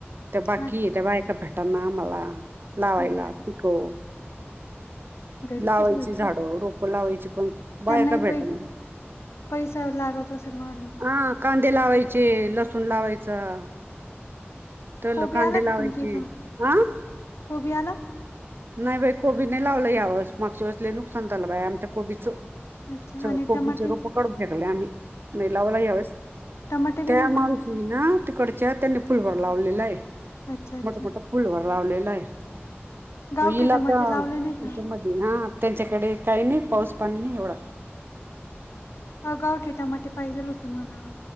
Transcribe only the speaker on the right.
ते बाकी
ते बा्हा एका भेटाना म्हाला लावायला
पिको.
लावायची
झाडं रोपं लावायची पण बायका
भेटना.
हां, कांदे लावायचे लसूण लावायचं. ठेवलो
कांदे
लावायची
हं.
नाही बाई कोबी नाही लावलं या वरस मागच्या वेेळस लय नुकसान झालं बाय आमच्या कोबीचं.
कोबीचे
रोप काढून फेकले आम्ही नाही लावायला यावेळेस
त्या
मी ना तिकडच्या त्यांनी फुल भर लावलेला आहे
मोठ, मोठ फूलवर लावलेला आहे
तो इल
आता
ह्याच्यामध्ये.
हा त्यांच्याकडे काही नाही पाऊस पाणी नाही एवढ.